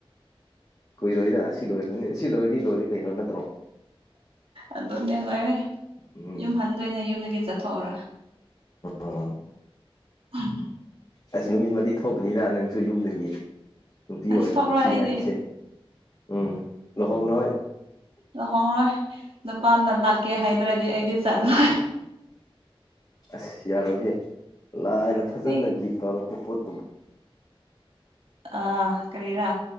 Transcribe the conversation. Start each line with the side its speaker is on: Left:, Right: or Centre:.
Left: ꯀꯨꯏꯔꯣꯏꯗ ꯁꯤ ꯂꯣꯏꯔꯅꯤ ꯁꯤ ꯂꯣꯏꯔꯗꯤ ꯂꯣꯏꯔꯦ ꯀꯩꯅꯣ ꯅꯠꯇ꯭ꯔꯣ
Right: ꯑꯗꯨꯅꯦ ꯂꯣꯏꯔꯦ
Left: ꯎꯝ
Right: ꯌꯨꯝ ꯍꯟꯗꯣꯏꯅꯦ ꯌꯨꯝꯗꯒꯤ ꯆꯠꯊꯣꯛꯎꯔ
Left: ꯑꯣ
Right: ꯎꯝ
Left: ꯑꯁ ꯅꯨꯃꯤꯠꯃꯗꯤ ꯊꯣꯛꯀꯅꯤꯔ ꯅꯪꯁꯨ ꯌꯨꯝꯒꯤ ꯅꯨꯄꯤ
Right: ꯑꯁ
Left: ꯑꯣꯏ
Right: ꯊꯣꯛꯔꯣꯏ
Left: ꯁꯤ
Right: ꯑꯩꯗꯤ
Left: ꯍꯥꯏꯔꯤꯁꯦ ꯎꯝ ꯂꯨꯍꯣꯡꯈ꯭ꯔꯣꯏ
Right: ꯂꯍꯣꯡꯔꯣꯏ ꯅꯨꯄꯥꯅ ꯂꯥꯛꯀꯦ ꯍꯥꯏꯗ꯭ꯔꯗꯤ ꯑꯩꯗꯤ ꯆꯠꯂ
Left: ꯑꯁ ꯌꯥꯔꯣꯏꯍꯦ ꯂꯥꯏꯅ ꯐꯖꯅ
Right: ꯑꯩ
Left: ꯒꯤꯐ ꯇꯧꯔꯛꯄ ꯄꯣꯠ
Right: ꯑꯥ ꯀꯔꯤꯔꯥ